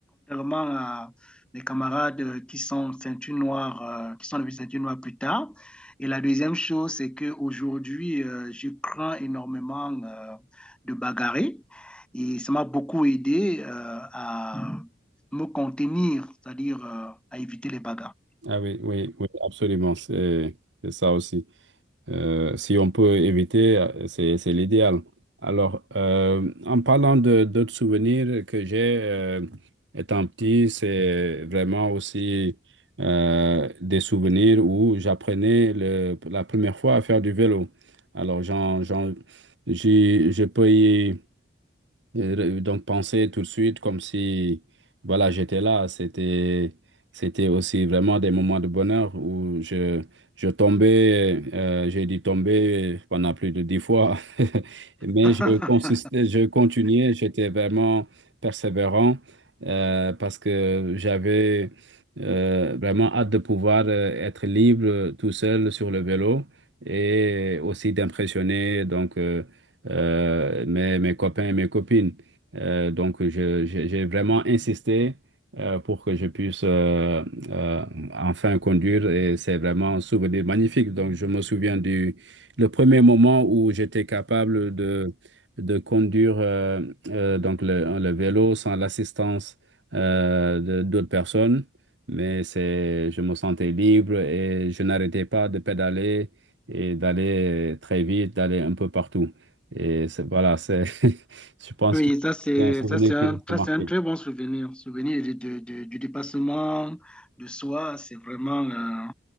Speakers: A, in the centre; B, on the right (about 75°).
A: Vraiment, euh, les camarades euh, qui sont ceinture noire, euh, qui sont devenus ceinture noire plus tard. Et la deuxième chose, c'est qu'aujourd'hui, euh, je crains énormément euh, de bagarrer. Et ça m'a beaucoup aidé euh, à mmh. me contenir, c'est-à-dire euh, à éviter les bagarres.
B: Ah oui, oui, oui, absolument, c'est c'est ça aussi. Euh, si on peut éviter, euh, c'est, c'est l'idéal. Alors, euh, en parlant de d'autres souvenirs que j'ai euh, étant petit, c'est vraiment aussi euh, des souvenirs où j'apprenais le- la première fois à faire du vélo. Alors, j'en, j'en- j'y- je peux y et re- donc penser tout de suite comme si voilà j'étais là c'était c'était aussi vraiment des moments de bonheur où je je tombais euh, j'ai dû tomber pendant plus de dix fois <laughs> mais
A: <laughs>
B: je consistais je continuais j'étais vraiment persévérant euh, parce que j'avais euh, vraiment hâte de pouvoir euh, être libre tout seul sur le vélo et aussi d'impressionner donc euh, euh, mes, mes copains et mes copines. Euh, donc, je- je- j'ai vraiment insisté euh, pour que je puisse euh, euh, enfin conduire et c'est vraiment un souvenir magnifique. Donc, je me souviens du le premier moment où j'étais capable de, de conduire euh, euh, donc le, le vélo sans l'assistance euh, de- d'autres personnes. Mais c'est, je me sentais libre et je n'arrêtais pas de pédaler et d'aller très vite, d'aller un peu partout. Et c'est, voilà, c'est, <laughs> je pense
A: Oui,
B: que
A: ça c'est
B: c'est un souvenir
A: ça c'est un,
B: qui reste
A: ça,
B: marqué.
A: c'est un très bon souvenir, souvenir de- de- de- du dépassement de soi, c'est vraiment euh,